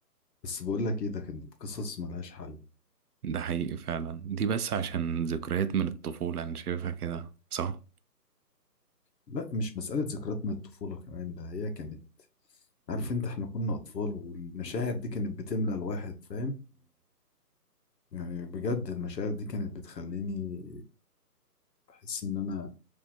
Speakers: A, on the left; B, on the right.
A: بس بقول لك إيه ده كانت قصص ملهاش حل
B: ده حقيقي فعلا دي بس عشان ذكريات من الطفولة انا شايفها كده صح
A: لا مش مسألة ذكريات من الطفولة كمان ده هي كانت عارف أنت إحنا كنا أطفال والمشاعر دي كانت بتملى الواحد فاهم يعني بجد المشاعر دي كانت بتخليني بحس إن أنا